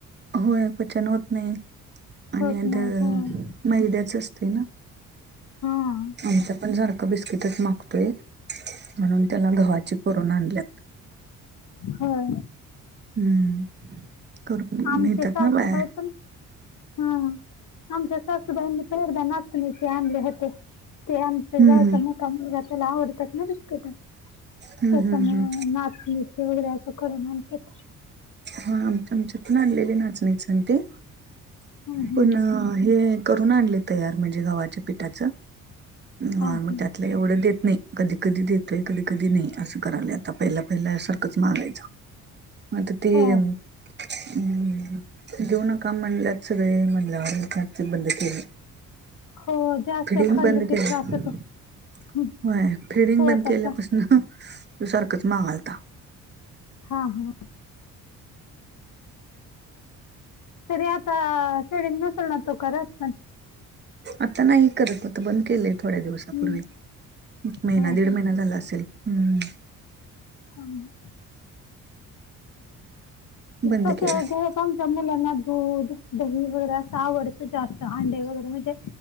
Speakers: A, on the right; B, on the left.
A: होय पचन होत नाही आणि
B: होत
A: नंतर
B: नाही होय
A: मैद्याच असते ना
B: हा
A: आमच पण सारखं बिस्किटच मागतोय म्हणून त्याला गव्हाचे करुन आणल्यात
B: होय.
A: हम्म. करून
B: आमच्या
A: मिळतात
B: सासूबाई
A: ना बाहेर
B: पण हा आमच्या सासूबाईंनी पन एकदा नाचनीचे आणले होते. ते आमच्या
A: हम्म
B: जावेचा मोठा मुलगा त्याला आवडतात ना बिस्किट त्याच्या
A: हम्म हम्म
B: मुळे
A: हम्म
B: नाचणीचे वगैरे असं करून आणत्यात
A: हा आमच्या आमच्यात न्हांणलेले नाचणीच न ते
B: हं, हं.
A: पुन्हा हे करून आणले तयार म्हणजे गव्हाच्या पिठाच <unintelligible>
B: हां,
A: म
B: हां.
A: त्या लई एवढं देत नाही कधी कधी देतोय कधी कधी नाही असं करायला आता पहिला पहिल्या सारखंच मागायच म आता तेम
B: हो,
A: <inaudible> देऊ नका म्हणल्यात सगळे म्हणल्यावर एक अडचन बंद केली
B: हो. जास्त
A: फीडिंग
B: खाल्लं
A: बंद
B: की
A: केलय
B: त्रास होतो. हं.
A: होय फिडिंग
B: पोटाचा.
A: बंद केल्यापासून त सारखंच मागालता
B: हा हा तरी आता फेडिंग नसल ना तो करत
A: आता नाही करत आता बंद केले थोड्या दिवसापूर्वी
B: हं.
A: महिना
B: हां,
A: दीड
B: हां.
A: महिना झाला असेल ह्
B: हमम्म
A: बंद
B: कस
A: केलाय
B: <unintelligible> आमच्या मुलांना दूध दही वगैरे अस आवडत जास्त अंडे वगैरे म्हणजे